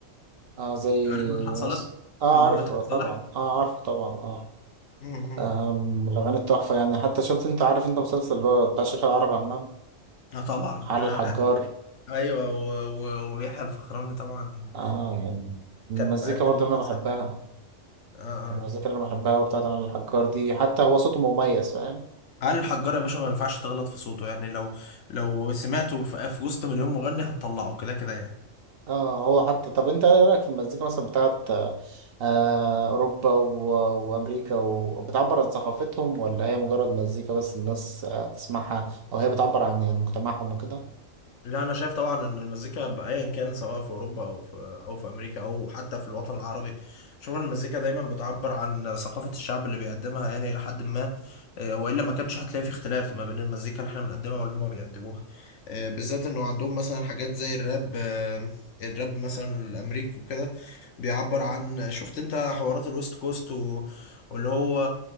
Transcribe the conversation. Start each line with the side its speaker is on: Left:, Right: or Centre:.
Right: اه زي
Left: عارف مدحت صالح
Right: مثلا اه
Left: م-
Right: عارفه
Left: مدحت
Right: طبعا
Left: صالح
Right: اه عارفه طبعا اه
Left: مم.
Right: أم، من الأغاني التحفة يعني حتى شفت أنت عارف أنت مسلسل اللي هو بتاع شيخ العرب عمام
Left: اه طبعا
Right: علي
Left: آه.
Right: الحجار
Left: ايوه و- و- ويحيى الفخراني طبعا
Right: آه يعني من
Left: كان
Right: المزيكا
Left: مقدم
Right: برضه اللي
Left: مسلسل
Right: أنا بحبها
Left: عالمي اه اه
Right: من المزيكا اللي أنا بحبها وبتاعت علي الحجار دي حتى هو صوته مميز فاهم
Left: علي الحجار يا باشا ما ينفعش تغلط في صوته يعني لو لو سمعته في في وسط مليون مغني هتطلعه كده كده يعني
Right: اه هو حتى طب أنت إيه رأيك في المزيكا مثلا بتاعت آه أوروبا و... وأمريكا و- وبتعبر عن ثقافتهم ولا هي مجرد مزيكا بس الناس آه تسمعها أو هي بتعبر عن يعني مجتمعهم وكده؟
Left: لا انا شايف طبعا ان المزيكا ب- ايا كان سواء في اوروبا او في او في امريكا او حتى في الوطن العربي شوف إن المزيكا دايما بتعبر عن ثقافة الشعب اللي بيقدمها يعني الى حد ما آه، والا ما كانش هتلاقي في اختلاف ما بين المزيكا اللي احنا بنقدمها واللي هما بيقدموها آه، بالذات انه عندهم مثلا حاجات زي الراب آه، الراب مثلا الامريكي وكده بيعبر عن شفت انت حوارات الويست كوست و... واللي هو